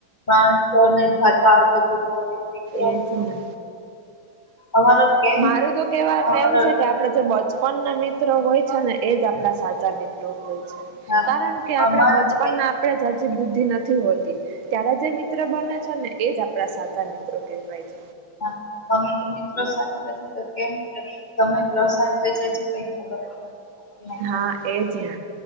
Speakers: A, on the left (about 60°); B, on the right (about 80°).
A: માણસોને જાતા આવતા જતા હોય. દીકરો
B: એજ ને.
A: અમારો કેમ
B: મારું તો કેવાનું
A: અમારો
B: એમ છે કે આપડા જે બચપન ના મિત્રો હોય છે ને એજ આપડા સાચા મિત્રો હોય છે.
A: હા
B: કારણ કે આપડા
A: અમારો
B: બચપન
A: તો કે-
B: ના આપડે જાજી બુદ્ધિ નથી હોતી ત્યારે જે મિત્ર બને છે ને એજ આપડા સાચા ઓકે રાઈટ.
A: હા અમે તો મિત્રો સાથે બેથો તો કેમ કે સમય પ્રસાર થઈ જાય છે કઈ ખબર જ નથી. પડતી અમને
B: હા એજ ને.